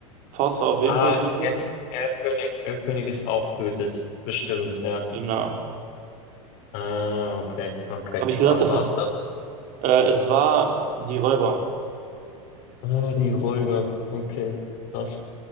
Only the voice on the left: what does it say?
Ah,
er Erlkönig, Erlkönig ist auch Goethes, bestimmt, ja.
Ah, okay, okay.
Was
war's
dann?
Ah, die Räuber. Okay, krass.